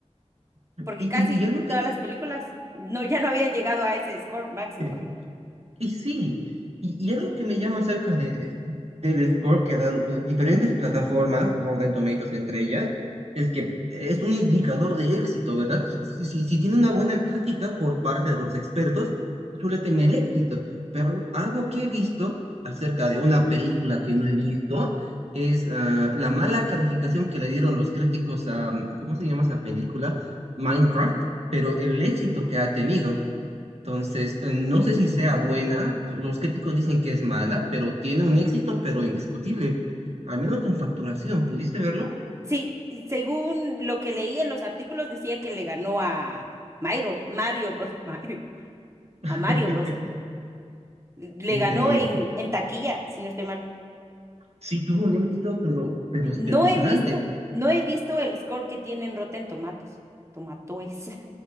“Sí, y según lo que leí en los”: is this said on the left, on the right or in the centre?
Right